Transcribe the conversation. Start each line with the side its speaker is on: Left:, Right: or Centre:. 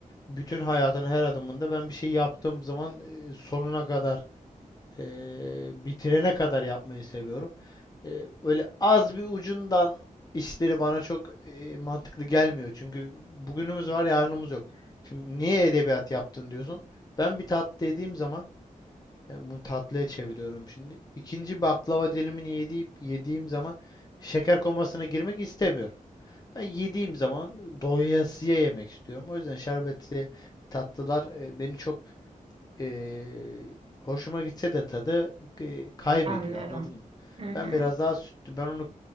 Left: bütün hayatın her adımında ben bir şey yaptığım zaman e, sonuna kadar e, bitirene kadar yapmayı seviyorum. E, öyle az bir ucundan işleri bana çok e, mantıklı gelmiyor çünkü bugünümüz var yarınımız yok. Şimdi niye edebiyat yaptın diyorsun? Ben bir tatlı dediğim zaman e, Bunu tatlıya çeviriyorum şimdi. İkinci baklava dilimini yediğim, yediğim zaman şeker komasına girmek istemiyorum. Ben yediğim zaman doyasıya yemek istiyorum. O yüzden şerbetli tatlılar e, beni çok e, hoşuma gitse de tadı e, kaybediyor.
Right: Anlıyorum.
Left: Anladın mı?
Right: Hı hı.
Left: Ben biraz daha sütlü. Ben onu